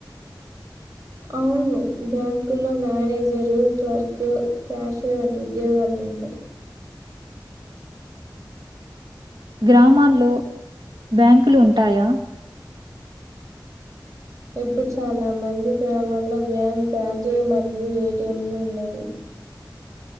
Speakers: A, on the right; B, on the right.
A: అవును బ్యాంకుల్లో మేనేజరు, క్లర్క్, క్యాషియర్ వంటి ఉద్యోగాలు ఉంటయి.
B: గ్రామాల్లో బ్యాంకులు ఉంటాయా
A: ఇప్పుడు చాలా మంది గ్రామాల్లో బ్యాంక్ బ్రాంజెయ్ మరియు ఏటిఎంలు ఉన్నాయి.